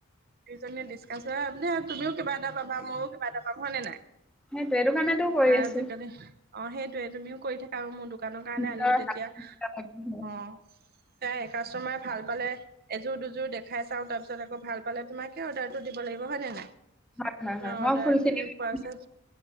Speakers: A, on the right (about 45°); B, in the centre.
A: দুইজনে ডিছকাছ আ <unintelligible> তুমিও কিবা এটা পাবা, ময়ো কিবা এটা পাম হয় নে নাই?
B: সেইটো, এইটো কাৰণেতো কৰি
A: আজিকালি
B: আছোঁ।
A: অ সেইটোৱে, তুমিও কৰি থাকা আৰু মোৰ দোকানৰ কাৰণে
B: নিজৰ
A: আনিম যেতিয়া।
B: হাত
A: অ'।
B: হয়
A: এয়াই, কাষ্টমাৰে ভাল পালে, এযোৰ দুযোৰ দেখাই চাওঁ তাৰপিছত আকৌ ভাল পালে তোমাকে অৰ্ডাৰটো দিব লাগিব হয়নে নাই?
B: <unintelligible>
A: অ অৰ্ডাৰ
B: আপুনি দেখাব
A: খিনি পোৱাৰ পিছত